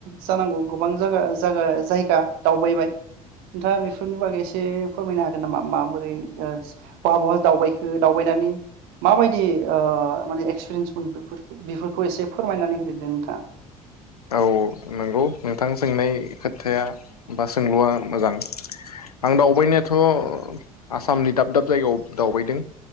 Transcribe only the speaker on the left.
औ नोंगौ नोंथां सोंनाय खोथाया बा सोंलुआ मोजां। आं दावबायनायाथ' आसामनि दाब दाब जायगायाव दावबायदों